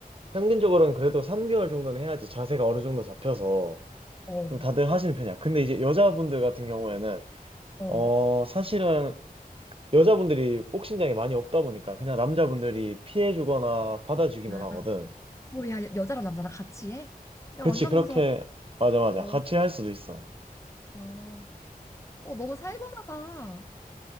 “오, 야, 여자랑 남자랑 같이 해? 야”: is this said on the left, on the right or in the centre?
Left